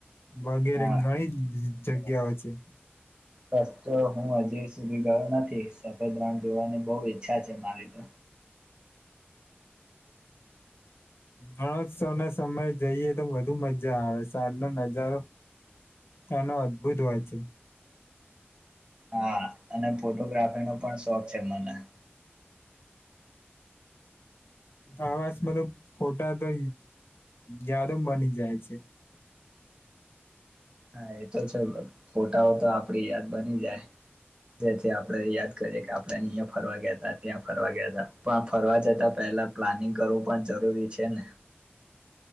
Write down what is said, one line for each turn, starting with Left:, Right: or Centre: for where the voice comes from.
Left: વગેરે
Right: હા
Left: ઘણી જગ્યાઓ છે.
Right: ક તો હું હજી સુધી ગયો નથી. સફેદ રાણ જોવાની બહુ ઈચ્છા છે મારી તો.
Left: રણોત્સવ ના સમયે જઈએ તો વધુ મજા આવે. સાંજ ન નજારો આનો અદ્ભુત હોય છે.
Right: હા, અને ફોટોગ્રાફીનો પણ શોખ છે મને.
Left: આવાજમાં તો ખોટા તો યાદો બની જાય છે
Right: હા એ તો છે ફોટાઓ તો આપડી યાદ બની જાય જેથી આપણેે યાદ કરીે કે આપણે અહીંયા ફરવા ગયા ત ત્યાં ફરવા ગયા હતા પણ ફરવા જતા પહેલા પ્લાનિંગ કરવું પણ જરૂરી છે ને